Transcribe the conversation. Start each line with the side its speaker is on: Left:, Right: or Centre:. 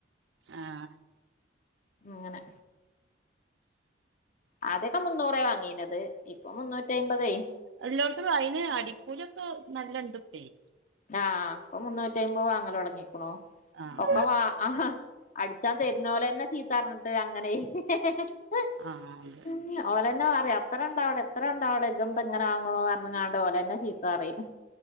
Right: ആഹ്
Left: അങ്ങനെ ആദ്യൊക്കെ മുന്നൂറെ വാങ്ങീനത്. ഇപ്പൊ മുന്നൂറ്റയ്മ്പത്
Right: എല്ലോട്ത്തും അയ്ന് അടിക്കൂലൊക്കെ നല്ലണ്ട് പ്പേയ്
Left: ആഹ ഇപ്പൊ മുന്നൂറ്റയ്മ്പ് വാങ്ങലോട്ങ്ങിക്കണു.
Right: ആഹ്
Left: ഒക്കെവാ ഹഹാ അടിച്ചാൻ തെർന്നോലെന്നെ ചീത്ത ർഞ്ഞിട്ട് അങ്ങനെ ഹി ഹെ ഹേ
Right: ആഹ ഉും
Left: ഉ ഓലന്നെ പറിം അത്രണ്ടാവടെ ഇത്ര ണ്ടാവടെ ജന്തങ്ങനാവാങ്ങണു പറഞ്ഞാങ്ങണ്ട് ഓലന്നെ ചീത്ത പറയും.